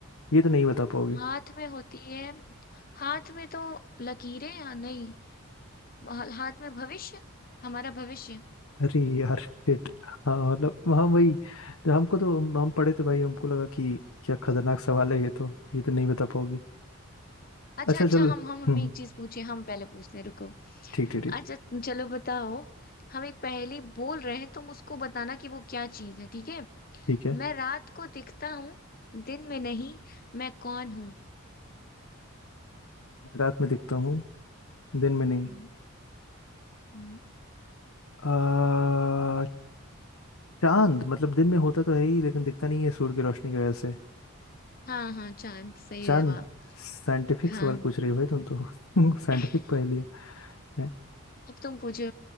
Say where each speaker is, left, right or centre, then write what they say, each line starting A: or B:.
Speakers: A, on the left; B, on the left.
A: ये तो नहीं बता पाओगे
B: हाथ में होती है हाथ में तो लकीरें या नहीं मह- हाथ में भविष्य हमारा भविष्य
A: अरे यार shit। हाँ मतलब हाँ वही जब हमको तो हम, हम पढ़े थे भाई हमको लगा कि क्या खतरनाक सवाल है ये तो ये तो नहीं बता पाओगी
B: अच्छा
A: अच्छा
B: अच्छा
A: चलो
B: हम हम हमें
A: हम्म
B: एक चीज पूछे हम पहले पूछते हैं रुको
A: ठीक ठीक ठीक
B: अच्छा चलो बताओ हम एक पहेली बोल रहे हैं तुम उसको बताना कि वो क्या चीज है ठीक है
A: ठीक है
B: मैं रात को दिखता हूँ दिन में नहीं मैं कौन हूँ
A: मैं रात में दिखता हूँ दिन में नहीं
B: हम्म, हम्म।
A: आ, चांद मतलब दिन में होता तो है ही लेकिन दिखता नहीं है सूर्य की रोशनी की वजह से
B: हाँ हाँ चांद सही
A: चांद
B: जवाब
A: साइंटिफिक
B: हाँ
A: सवाल पूछ रही हो भाई तुम तो <laughs> साइंटिफिक
B: <laughs>
A: पहेली है
B: अब तुम पूछो